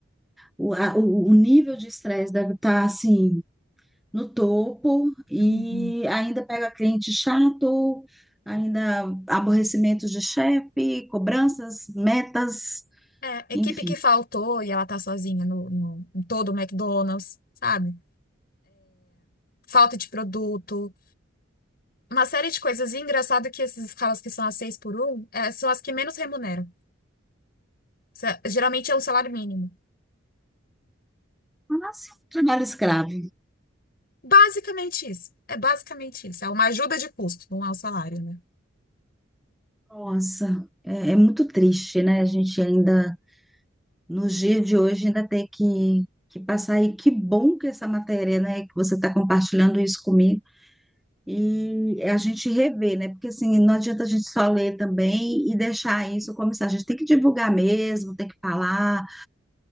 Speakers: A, in the centre; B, on the left (about 45°).
A: o, a- o, o nível de estresse deve estar, assim, no topo, e
B: Uhum.
A: ainda pega cliente chato, ainda aborrecimentos de chefe, cobranças, metas,
B: É, equipe
A: enfim.
B: que faltou e ela tá sozinha no, no- em todo o McDonald's, sabe? Falta de produto. Uma série de coisas. E engraçado que essas escalas que são as 6 por um é, são as que menos remuneram. Se- Geralmente é um salário mínimo.
A: Mas, assim, trabalho escravo.
B: Basicamente isso. É basicamente isso. É uma ajuda de custo, não é um salário, né?
A: Nossa, é, é muito triste, né? A gente ainda. nos dias de hoje ainda ter que, que passar. E que bom que essa matéria, né, que você está compartilhando isso comigo. E é a gente rever, né? Porque assim, não adianta a gente só ler também e deixar isso como isso A gente tem que divulgar mesmo, tem que falar,